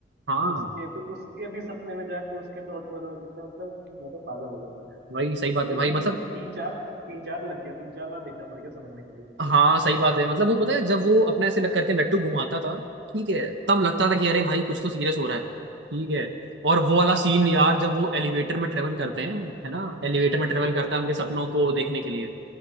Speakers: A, on the right; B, on the right.
A: हाँ
B: उसके फिर उसके भी सपने में जाके उसके थॉट में रोना सीखा मतलब मैं तो पागल हो जाता है।
A: भाई सही बात
B: मुझे
A: है
B: तो
A: भाई
B: तीन
A: मतलब
B: तीन चार तीन चार लग गया तीन चार बार देखना पड़ गया समझने के लिए
A: हाँ सही बात है मतलब वो पता है जब वो अपने ऐसे लग करके लट्टू घुमाता था ठीक है तब लगता था कि अरे भाई कुछ तो सीरियस हो रहा है ठीक है और वो वाला सीन यार जब वो एलिवेटर में ट्रेवल करते हैं है ना एलिवेटर में ट्रेवल करता है उनके सपनों को देखने के लिए